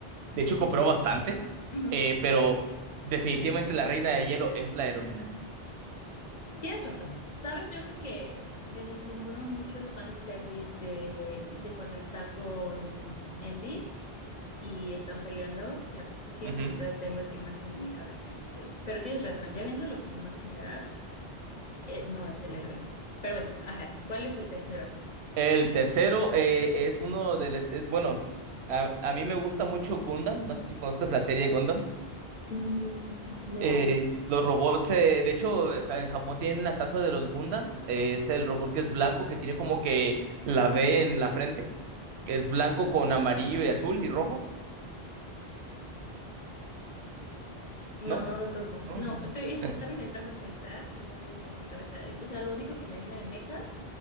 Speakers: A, on the right; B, on the left.
A: De hecho, cooperó bastante.
B: Ujú,
A: Eh, pero definitivamente la Reina de Hielo es la heroína.
B: Tienes razón. ¿Sabes? Yo creo que me deslumbró mucho el fanservice de, de cuando está con Envy y están peleando. O sea, que siento
A: Ujú.
B: que todavía tengo esa imagen en mi cabeza, entonces. Pero tienes razón, ya viéndolo como más general. Eh, no es el héroe. Pero bueno, ajá, ¿cuál es el tercero?
A: El tercero eh, es uno de... le- es- bueno, a, a mí me gusta mucho Gundam. No sé si conozcas la serie Gundam.
B: Mm, No,
A: Eh, los robots, eh, de hecho, eh, en Japón tienen una estatua de los Gundams. Eh, es el robot que es blanco, que tiene como que la V en la frente. Es blanco con amarillo y azul y rojo.
B: No,
A: No,
B: no lo topo.
A: no,
B: No,
A: no.
B: estoy, est-
A: Eh,
B: estaba intentando pensar y no viene a mi cabeza. O sea, lo único que me viene de mechas